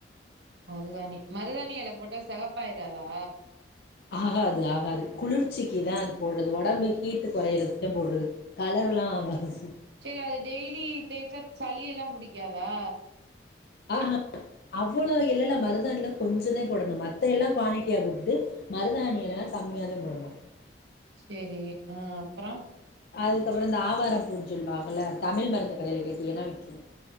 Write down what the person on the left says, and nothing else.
ஹகாது ஆகாது குளிர்ச்சிக்கி தான் அது போட்றது ஒடம்பு ஹீட்டு கொறையருதுக் தான் போடுறது கல பில்லாம் ஆவாது
ஆ ஹ அவ்ளோ எலல மருதாண்ல கொஞ்ஜோத போடணோ மத்த எல்லா கோண்டிட்டியா போட்டுட்டு மருதாணி எலலா கம்மியா தான் போடணோ
அதுக்கப்ரோ இந்த ஆவாரம் பூ சொல்வாங்கல தமிழ் மருந்து கடயில கேட்டீங்ன்னா விக்கும்